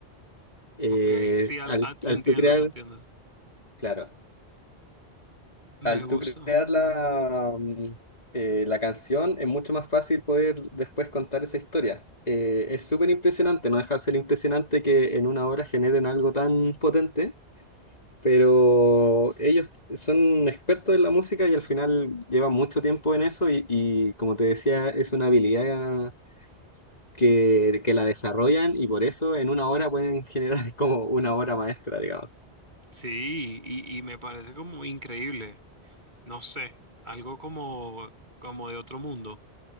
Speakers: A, on the left; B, on the right.
A: eh,
B: ok, sí, al-
A: al,
B: ah, te
A: al
B: entiendo,
A: tú crear,
B: te entiendo.
A: claro.
B: Me
A: al
B: gusta.
A: tú crear la, mm, eh, la canción, es mucho más fácil poder después contar esa historia. Eh, es súper impresionante, no deja de ser impresionante que en una hora generen algo tan potente, pero ellos son expertos en la música y al final llevan mucho tiempo en eso y, y como te decía, es una habilidad que, que la desarrollan y por eso en una hora pueden generar <laughs> como una obra maestra, digamos.
B: Sí, y, y me parece como increíble, no sé, algo como, como de otro mundo.